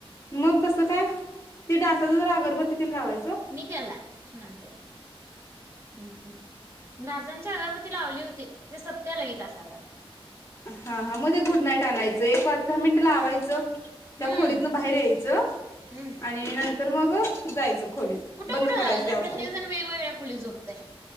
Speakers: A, on the left (about 25°); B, on the right (about 30°).
A: मग कसं काय ते डासाच जरा अगरबत्ती तेन लावायचं ओ.
B: मी केलाय सुनाताई ला. हम् हम डासांची अगरबत्ती लावली होती ते सपत्या लगेच तासाभरात.
A: हा हा मध्ये गुड नाईट आणायचं एक पाच दहा मिनिट लावायचं त्या
B: हम्म
A: खोलीतन बाहेर यायचं
B: हम्म.
A: आणि नंतर मग जायचं. खोलीत
B: कुठं
A: बंद
B: कुठं
A: करायच
B: लावायचं
A: ते औषध
B: प्रत्येक जण वेगवेगळ्या खोलीत झोपतय.